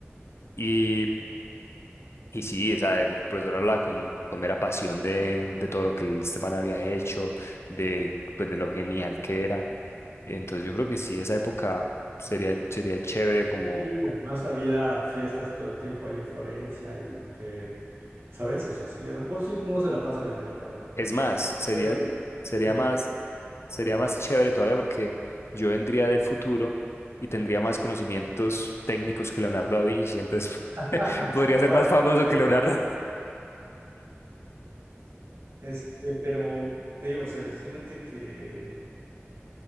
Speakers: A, on the left (about 65°); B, on the right (about 60°).
A: y y sí, o sea, el profesor hablaba con, con mera pasión de, de todo lo que el Esteban había hecho, de pues de lo genial que era. Entonces yo creo que sí, esa época sería sería chévere como
B: Y además había fiestas todo el tiempo ahí en Florencia y que, ¿sabes? O sea, sí, a lo mejor sí uno se la pasa bien ahí, la verdad.
A: Es más, sería,
B: Pero,
A: sería
B: sí te
A: más, sería más chévere todavía porque yo vendría del futuro y tendría más conocimientos técnicos que Leonardo da Vinci, entonces <laughs>
B: <laughs>
A: podría ser
B: para,
A: más famoso
B: para ser,
A: que Leonardo.
B: este, pero te digo, o sea, imagínate que,